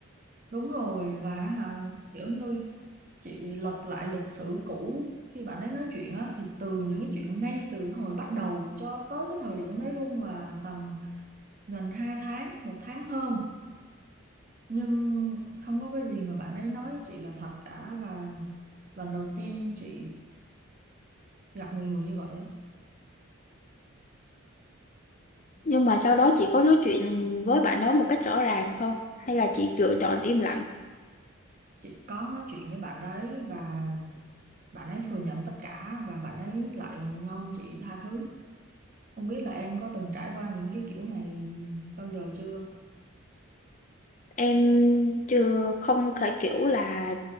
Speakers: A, on the right; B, on the left.
A: đúng rồi và hả, kiểu như chị lật lại lịch sử cũ khi bạn ấy nói chuyện á thì từ những cái chuyện ngay từ hồi bắt đầu cho tới cái thời điểm đấy luôn là tầm gần 2 tháng một tháng hơn nhưng không có cái gì mà bạn ấy nói với chị là thật cả và lần đầu tiên chị gặp một người như vậy á
B: Nhưng mà sau đó chị có nói chuyện với bạn đó một cách rõ ràng không? Hay là chị lựa chọn im lặng?
A: chị có nói chuyện với bạn ấy và bạn ấy thừa nhận tất cả và bạn ấy lại mong chị tha thứ không biết là em có từng trải qua những cái kiểu này bao giờ chưa
B: Em chưa không thể kiểu là